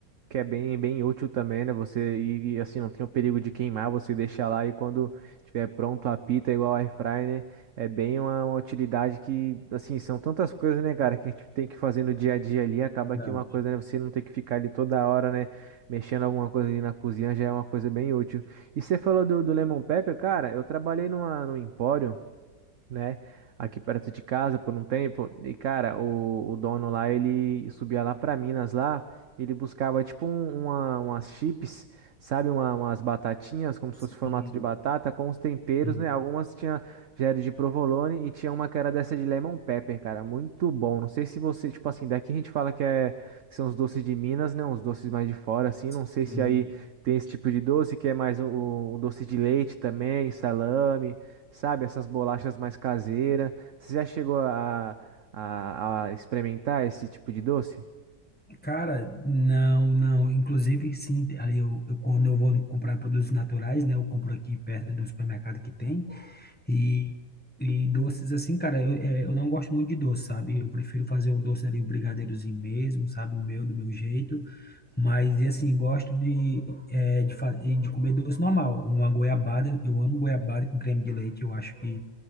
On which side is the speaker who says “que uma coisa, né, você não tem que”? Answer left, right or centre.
Right